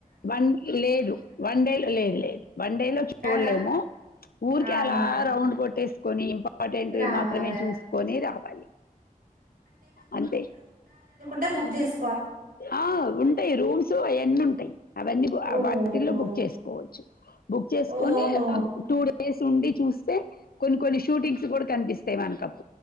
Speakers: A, on the left (about 85°); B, on the right (about 75°).
A: వన్ లేదు, వన్ డేలో. లేదు, లేదు వన్ డేలో చూడలేము.
B: కదా!
A: ఊరికే
B: ఆహా!
A: అలా రౌండ్ కొట్టేసుకొని, ఇంపార్. ఇంపార్టెంట్యి
B: రావాలే.
A: మాత్రమే చూసుకొని రావాలి. అంతే!
B: టే, బుక్ జేస్.
A: ఆ ఉంటాయి, రూమ్స్ అయన్నీ ఉంటాయి. అవన్నీ బుక్, ఆ
B: ఓహో!
A: వాటిల్లో బుక్ చేసుకోవచ్చు. బుక్ చేసుకొని,
B: ఓహో!
A: అబ టూ డేస్ ఉండి చూ. చూస్తే కొన్ని, కొన్ని షూటింగ్స్ కూడా కనిపిస్తాయి మన కప్పుడు.